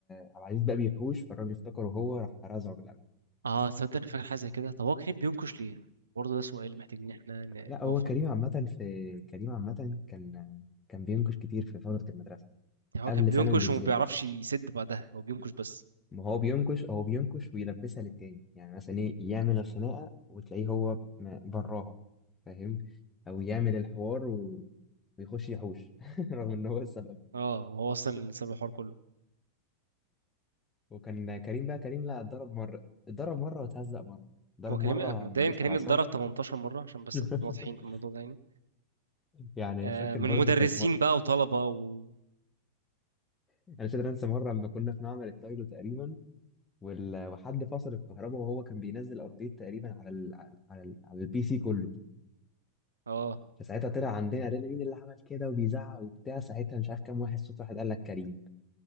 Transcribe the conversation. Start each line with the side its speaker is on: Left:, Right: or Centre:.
Left: عبد العزيز بقى بيحوش فالراجل افتكره هو راح رزعه بالقلم
Right: اه تصدق أنا فاكر حاجة زي كده طب هو كريم بينكش ليه برضه ده سؤال محتاج ان احنا ن-
Left: لا
Right: نقف
Left: هو كريم عامه في كريم عامه كان كان بينكش كتير في فتره المدرسه
Right: يعني هو
Left: قبل
Right: كان بينكش
Left: ثانوي بالذات
Right: وما بيعرفش يسد بعدها هو بينكش بس
Left: ما هو بينكش هو بينكش ويلبسها للتاني يعني مثلا ايه يعمل الخناقه وتلاقيه هو م- براها فاهم او يعمل الحوار و... ويخش يحوش <laughs> رغم ان هو السبب
Right: اه هو اصلا اللي سبب الحوار كله
Left: وكان كريم بقى كريم لا اتضرب مره اتضرب مره واتهزق مره ضرب
Right: هو كريم
Left: مره
Right: مبدئيا
Left: من مستر
Right: كريم
Left: عصام
Right: اتضرب 18 مره عشان بس
Left: <laughs>
Right: نكون واضحين في الموضوع ده يعني
Left: يعني
Right: آه
Left: فاكر
Right: من
Left: برضو
Right: مدرسين
Left: كانت م...
Right: بقى وطلبه و
Left: انا مش قادر انسى مره لما كنا في معمل التايلو تقريبا وال... وحد فصل الكهرباء وهو كان بينزل ابديت تقريبا على ال... على ال... على البي سي كله
Right: اه
Left: فساعتها طلع عندنا قال لنا مين اللي عمل كده وبيزعق وبتاع ساعتها مش عارف كام واحد صوت واحد قال لك كريم